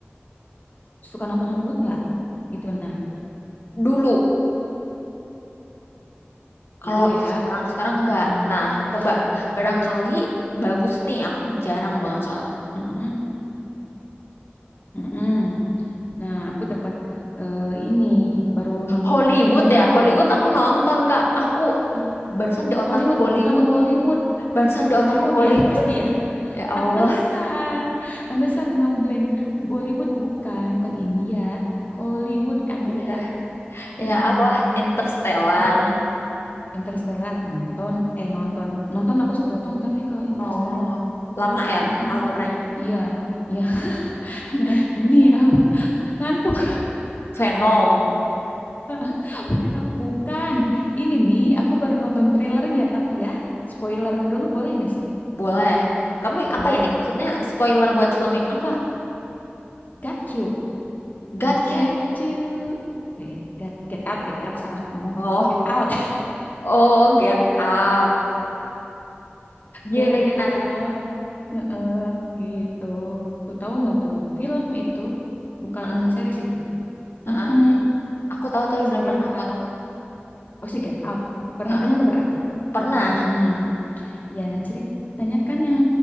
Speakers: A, on the left; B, on the left.
A: suka nonton Hollywood nggak? Gitu nah,
B: dulu. Kalau
A: dulu ya.
B: sekarang sekarang enggak.
A: Hmm,
B: Nah, coba
A: bet-
B: barangkali bagus nih. Aku jarang banget soalnya.
A: mm-mm, mm-mm. Nah, aku dapat eh, ini baru nonton
B: Hollywood
A: trailernya
B: ya,
A: aku.
B: Hollywood aku nonton Kak. Aku
A: Eh,
B: Barusan di otakku
A: Hollywood
B: Bollywood.
A: bukan Bollywood.
B: Barusan di
A: Bollywood
B: otakku Bollywood.
A: ya pasti ya.
B: Ya
A: Pantesan.
B: Allah.
A: Pantesan ngeblank. Bollywood bukan, bukan India. Hollywood Amerika.
B: Ya, ya
A: Heeh,
B: Allah. Interstellar.
A: heeh. Interstellar nonton, eh nonton. Nonton aku sepotong tapi kalau Interstellar,
B: Oh, lama ya
A: heeh,
B: alurnya.
A: iya. Iya,
B: <laughs>
A: <laughs> ini ya <laughs> ngantuk.
B: Venom.
A: Heeh. Venom bukan. Ini nih aku baru nonton trailernya tapi ya spoiler dulu boleh nggak sih?
B: Boleh. Kamu
A: Boleh.
B: apa ini maksudnya spoiler buat film yang apa?
A: Got you.
B: Got
A: I got
B: you.
A: you. Boleh ya? Get, get up, get out salah ngomong.
B: Oh,
A: Get out.
B: oh, Get Out. Gimana,
A: Get
B: gimana?
A: Out. Heeh, gitu. Tuh tahu nggak tuh? Film itu bukan
B: Heeh,
A: series itu.
B: heeh.
A: Heeh,
B: Aku tahu tapi belum
A: si Get
B: pernah nonton.
A: Out. Oh, si Get Out. Pernah
B: Heeh.
A: dengar berarti?
B: Pernah.
A: Heeh. Ya, nah ceritanya kan yang